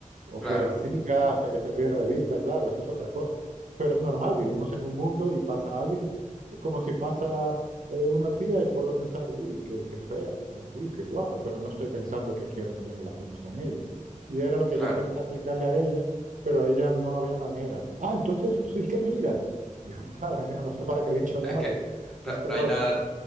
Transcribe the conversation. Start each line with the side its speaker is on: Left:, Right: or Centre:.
Right: o
Centre: Claro,
Right: que la siga hasta que se pierda de vista, claro, eso es otra cosa. Pero es normal, vivimos en un mundo y pasa alguien, eh, como si pasa eh, una tía y puedo pensar, uy, qué, qué fea, u- uy, qué guapa, pero no estoy pensando que quiero tener relaciones con ella. Y era lo que
Centre: claro.
Right: yo intenté explicarle a ella, pero ella no había manera. Ah, entonces sí que miras. <laughs> Digo, madre mía, no sé para qué he dicho nada,
Centre: Es que da-
Right: es peor.
Centre: no hay nada,